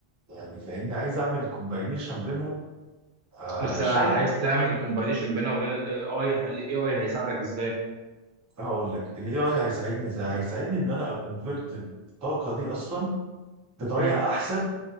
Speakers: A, on the right (about 20°); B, on the right (about 70°).
A: يعني فاهمني عايز اعمل كومباينيشن بينهم آه
B: بس
A: شيء
B: عايز تعمل كومبانيشن بينها وبين الاي اي هل الاي اي هيساعدك ازاي؟
A: هقول لك الاي اي هيساعدني ازاي هيساعدني ان انا اكونفرت الطاقه دي اصلا بطريقه
B: مم.
A: احسن